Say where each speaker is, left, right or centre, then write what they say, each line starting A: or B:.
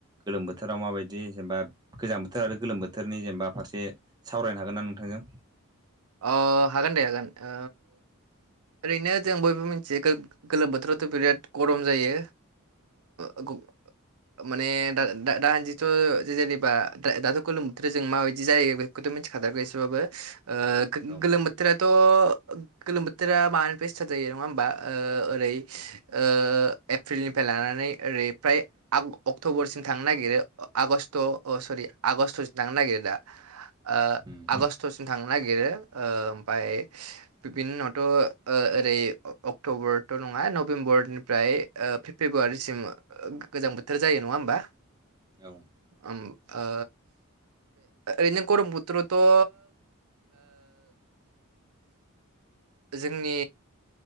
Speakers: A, on the right; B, on the right.
A: गोलोम बोथोराव माबायदि जेनेबा गोजां बोथोर आरो गोलोम बोथोरनि जेनेबा फारसे सावरायनो हागोन ना नोंथांजों
B: अ हागोन दे हागोन ओ ओरैनो जों बयबो मिथियो गो-गोलोम बोथोराव थ' बिराद गरम जायो
A: औ
B: ओ माने दा-दा-दासानदिथ' जेनेबा दा-दाथ' गोलोम बोथोर जों माबायदि जायो बे खौथ' मिथिखाथारगौ एसेबाबो ओ गो-गोलोम
A: औ
B: बोथोराथ' गोलोम बोथोरा माबानिफ्राय स्टार्ट जायो नङा होमबा ओ ओरै
A: उम
B: ओ एप्रिलनिफ्राय लानानै ओरै फ्राय आग अक्ट'बरसिम थांनो नागिरो आगष्ट अ सरि आगष्टसिम थांनो नागिरो दा ओ
A: उम
B: आगष्टसिम थांनो नागिरो ओ ओमफ्राय बिनि उनावथ' ओ ओरै अक्ट'बरथ' नङा नभेबरनि बेनिफ्राय ओ फेब्रुवारिसिम गोजां बोथोर जायो नङा होमबा
A: औ
B: ओम ओ ओरैनो गरम बोथोरावथ' ओ जोंनि